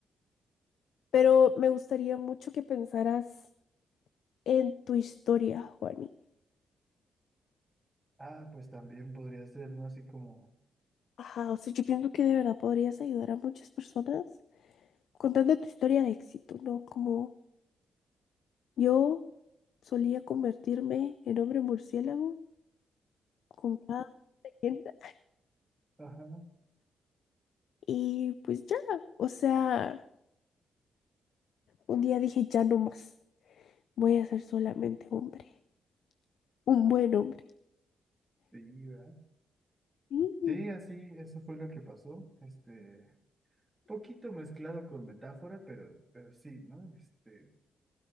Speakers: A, on the left (about 75°); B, on the right (about 20°).
A: pero me gustaría mucho que pensaras en tu historia, Juani.
B: Ah, pues también podría ser, ¿no? Así como,
A: Ajá, o sea, yo pienso que de verdad podrías ayudar a muchas personas contando tu historia de éxito, ¿no? Como yo. solía convertirme en hombre murciélago con cada leyenda
B: ajá,
A: y pues ya, o sea, un día dije ya no más, voy a ser solamente hombre, un buen hombre.
B: sí, ¿verdad?
A: Sí,
B: Sí, así, eso fue lo que pasó. Este, poquito mezclado con metáfora, pero, pero sí, ¿no? Este,